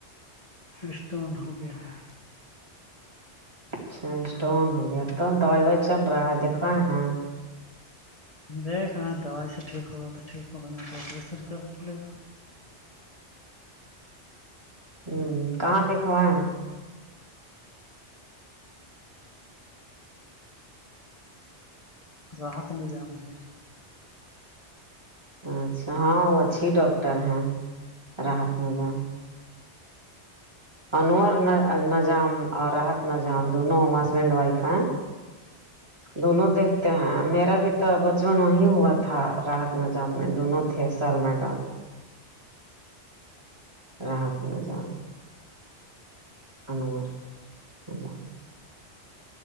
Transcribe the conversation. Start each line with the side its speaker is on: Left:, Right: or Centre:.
Left: رسٹون ہو گیا ہے
Right: اچھا اسٹون ہو گیا تو دوائی وائی چل رہا ہے دیکھوا ہاں
Left: دیکھ رہ دوائی سے ٹھیک ہوگا تو ٹھیک ہوگا نہیں تو آپریشن کرنے کے لیے
Right: ہمم کہاں دکھوائے
Left: راحت نے جام دیا
Right: اچھا ہاں وہ اچھی ڈاکٹر ہیں راحت میں جان انور نہ جام اور راحت نہ جام دونوں ہسبینڈ وائف ہیں دونوں دیکھتے ہیں میرا بھی تو بچپن وہی ہوا تھا تھا راحت ناظام میں دونوں تھے سر میڈم رحت ناظام انور نظام